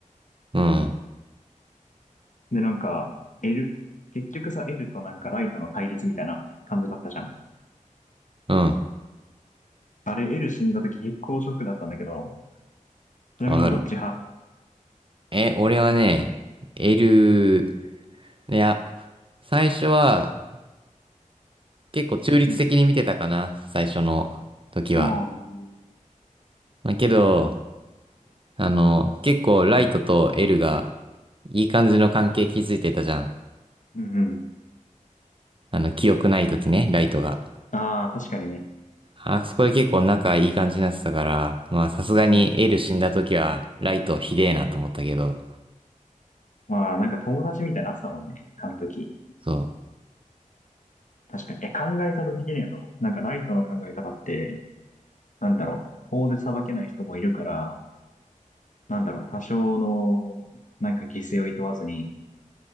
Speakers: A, on the right (about 40°); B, on the left (about 65°).
A: うん。
B: で、なんか、L、結局さ、L となんかライトの対立みたいな感じだったじゃん。
A: うん。
B: あれ、L 死んだ時結構ショックだったんだけど、ちなみにどっち派
A: わかる。え、俺はね、エル、いや、最初は結構中立的に見てたかな、
B: うん。
A: 最初の時は。
B: ああ、うん
A: まあけど、あの、結構ライトとエルがいい感じの関係築いてたじゃん。
B: うん。
A: あの、記憶ない時ね、ライトが。
B: ああ、確かにね。
A: あそこで結構仲いい感じになってたから、まあさすがにエル死んだ時はライトひでえなと思ったけど、
B: うん。まあ、なんか友達みたいになってたもんね、あの時。
A: そう、
B: 確かに。え、考え方的にはどうなんかライトの考え方って、なんだろう。法で裁けない人もいるから、なんだろう、多少の、なんか犠牲をいとわずに、